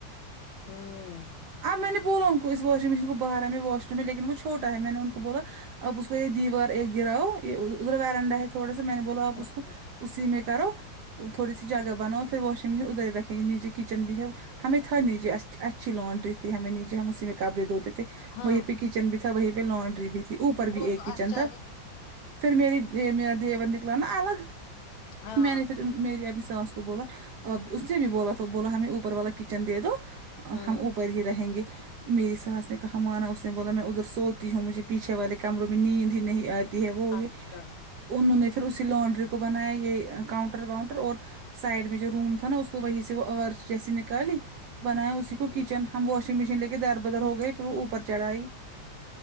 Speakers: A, on the left (about 85°); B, on the right (about 70°).
A: ہاں
B: اب میں نے بولا ان کو اس واشنگ مشین کو باہرا ہمیں واش روم میں لیکن وہ چھوٹا ہے میں نے ان کو بولا اب اس کو یہ دیوار ایک گراؤ یہ ادھر ویرنڈا ہے تھوڑا سا میں نے بولا آپ
A: ہوں
B: اس کو اسی میں کرو وہ تھوڑی سی جگہ بناؤ فر واشنگ مشین ادھرہی رکھیں گےنیچے کچن بھی ہے ہمیں تھا نی اچھی لانڈری تھی ہمیں نیچے ہم اسی میں کپڑے دھو تے تھے
A: ہاں
B: وہیں پہ ک چن بھی تھا وہی پہ لانڈری بھی تھی اوپر
A: وہ
B: بھی ایک
A: تو
B: کچن
A: اچھا
B: تھا
A: ہے
B: فر میری میرا دیور نکلا نا الگ
A: ہاں
B: میں نے پھر میری ابھی ساس بولا اب اس نے بھی بولا تو بولا ہمیں اوپر والا کچن دے دو
A: ہوں
B: ہم اوپ اوپر ہی رہیں گے میری ساس نے کہا مانا اس نے بولا میں ادھر سوتی ہوں مجھے پیچھے والے کمروں میں نیند ہی نہیں آ تی ہے وہ یہ
A: اچھا
B: انہوں نے پھر اسی لانڈری کو بنایا یہ کاؤنٹر وانٹر اور سائڈ میں جو روم تھا نا اس کو وہی سے وہ ا رچ جیسی نکالی بنایا اسی
A: ہوں
B: کو کچن ہم واشنگ مشین لے کے در بدر ہو گئے پھر وہ اوپر چڑھا ئی